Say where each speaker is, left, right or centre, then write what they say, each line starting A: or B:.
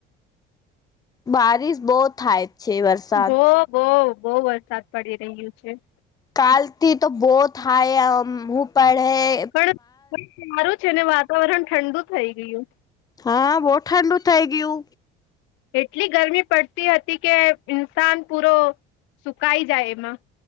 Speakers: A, on the left (about 20°); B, on the left (about 85°).
A: બારીિશ બહ થાય છે વરસાદ
B: બહ બહ બહુ વરસાદ પડી રહ્યો છે.
A: કલથી તો બહુત હાાય, હ હું પડેૈ
B: પણ સારું છે, ને વાતાવરણ ઠંડુ થઈ ગયુ
A: હા બહુ ઠંડુ થઈ ગયુ.
B: એટલી ગરમી પડતી હતી, કે ઇન્સાન પૂરો સુકાઈ જાય એમાં